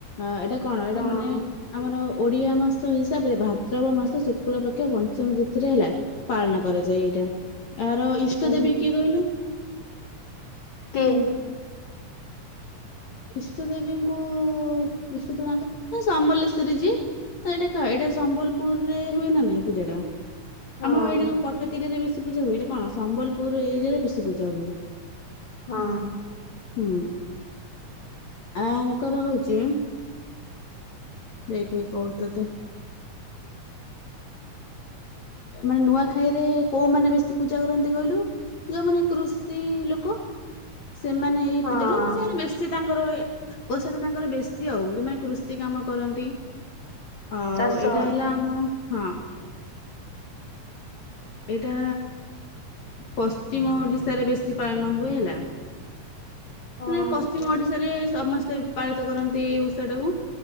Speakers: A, on the left; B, on the left.
A: ଏଇଟା କଣ ଏଇଟା
B: ହଁ
A: ମାନେ ଆମର ଓଡିଆ ମାସ ହିସାବରେ ଭାଦ୍ରବ ମାସ ଶୁକ୍ଳ ପକ୍ଷ ପଞ୍ଚମୀ ତିଥିରେ ହେଲା ପାଳନ କରାଯାଏ ଏଇଟା ଆର ଇଷ୍ଟ
B: ହୁଁ
A: ଦେବୀ କିଏ କହିଲୁ?
B: କିଏ?
A: ଇଷ୍ଟୁ ଦେବୀଙ୍କୁ ଇଷ୍ଟୁ ଦେବଙ୍କ କ ସମଲେଶ୍ୱରରେ ଯିଏ। ଏଇଟା କ ଏଇଟା ସମ୍ବଲପୁର ରେ ହୁଏ ନା ନାଇଁ ପୂଜା ଟା?
B: ହଁ
A: ଆମ ଏଇଟା କ କଟକ ଏରିରେ ବେଶୀ ପୂଜା ହୁଏ ଏଇଟା କଣ ସମ୍ବଲପୁର ଏରିଆରେ ବେଶୀ ପୂଜା ହୁଏ।
B: ହଁ।
A: ହୁଁ ଆଙ୍କର ହଉଛି ନେଇକି ପଳାଉଚନ୍ତି। ମାନେ ନୂଆଖାଇରେ କୋଉମାନେ ବେଶୀ ପୂଜା କରନ୍ତି କହିଲୁ? ଯୋଉମାନେେ କୃଷି ଲୋକ ସେମାନେ ଏଇ
B: ହଁ
A: ପୂଜାରୁ ମାନେ ସେମାନେ ବେଶୀ ତାଙ୍କର ପଇସା ଟା ତାଙ୍କର ବେଶୀ ଆଉ ଯୋଉମାନେ କୃଷି କାମ କରନ୍ତି ଆଉ
B: ଚାଷ
A: ଏଇଟା ହେଲା ଓ ହଁ ଏଇଟା ପଶ୍ଚିମ ଓଡ଼ିଶାରେ ବେଶୀ ପାଳନ ହୁଏ ହେଲା।
B: ହଁ
A: ମାନେ ପଶ୍ଚିମ ଓଡ଼ିଶାରେ ସମସ୍ତେ ପାଳିତ କରନ୍ତି ଏଇ ଓଷାଟାକୁ।